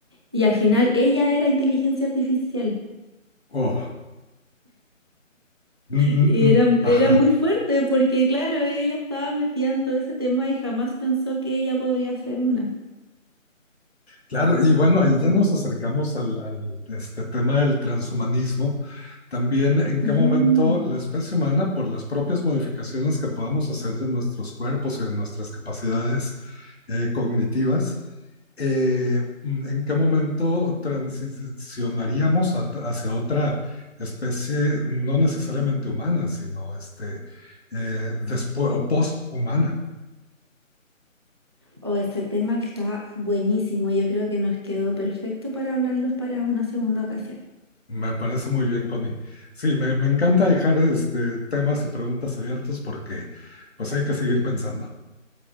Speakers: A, on the right (about 20°); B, on the left (about 50°).
A: Y al final ella era inteligencia artificial.
B: Oh, mm, mm,
A: Y
B: mm,
A: era,
B: ajá.
A: era muy fuerte porque, claro, ella estaba metida en todo ese tema y jamás pensó que ella podría ser una.
B: Claro, y bueno, ahí ya nos acercamos al, al, este tema del transhumanismo. También en
A: Mm.
B: qué momento la especie humana, por las propias modificaciones que podamos hacer de nuestros cuerpos y de nuestras capacidades eh, cognitivas, eh, mm, en qué momento transicionaríamos a- hacia otra especie no necesariamente humana, sino este, eh, después, o post-humana.
A: Oh, este tema está buenísimo. Yo creo que nos quedó perfecto para hablarlos para una segunda ocasión.
B: Me parece muy bien, Connie. Sí, me, me encanta dejar este, temas y preguntas abiertos porque pues hay que seguir pensando.